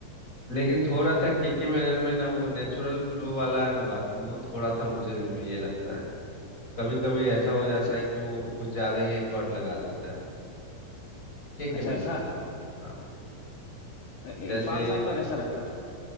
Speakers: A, on the left; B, on the left.
A: लेकिन थोड़ा सा केके मेनन में ना वो नेचुरल फ्लो वाला है ना बात वो थोड़ा सा मुझे ये लगता है कभी कभी ऐसा हो जाता
B: अच्छा
A: है कि वो कुछ ज्यादा ही एफर्ट लगा देता है केके
B: अच्छा
A: मेनन
B: ऐसा
A: का भी। हाँ
B: अ,
A: जैसे
B: इरफान साहब का कैसा लगता था